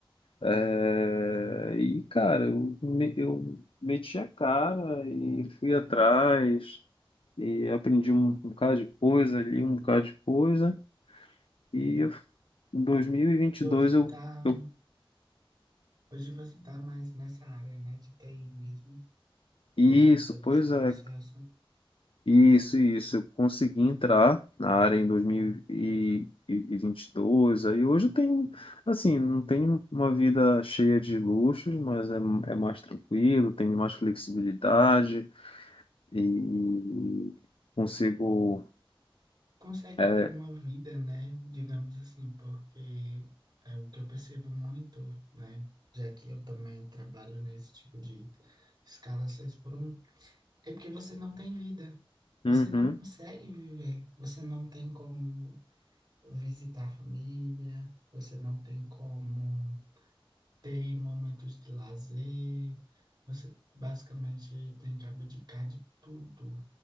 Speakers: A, on the left; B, on the right.
A: eh, e, cara, eu, me- eu meti a cara e fui atrás, e aprendi um, um bocado de coisa ali, um bocado de coisa, e eu, em 2022
B: E hoje
A: eu
B: tá.
A: eu
B: Hoje você está mais nessa área, né, de TI mesmo, depois
A: isso,
B: de todo
A: pois
B: esse processo.
A: é. Isso, isso. Eu consegui entrar na área em 2022. Aí hoje eu tenho, assim, não tenho uma vida cheia de luxos, mas é, é mais tranquilo, tenho mais flexibilidade e consigo.
B: Consegue
A: É,
B: ter uma vida, né, digamos assim, porque é o que eu percebo muito, né, já que eu também trabalho nesse tipo de escala 6 por um é porque você não tem vida. Você
A: uhum,
B: não consegue viver, você não tem como visitar a família, você não tem como ter momentos de lazer, você basicamente tem que abdicar de tudo